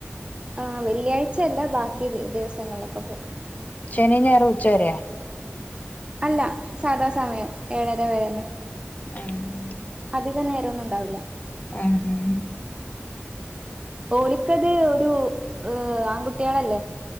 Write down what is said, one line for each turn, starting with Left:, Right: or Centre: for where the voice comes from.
Right: ആഹ് വെള്ളിയാഴ്ചയല്ല ബാക്കി ദി ദിവസങ്ങളൊക്കെ പോകും.
Left: ശനിയും ഞായറും ഉച്ചവരെ.
Right: അല്ല സാധാ സമയം ഏഴര വരെ തന്നെ.
Left: ആഹ്
Right: അധികം നേരം ഒന്നും ഉണ്ടാവില്ല.
Left: ഉം ഉം
Right: ഓലുക്ക് അതൊരു ഏഹ് ആൺ കുട്ടികളല്ലേ?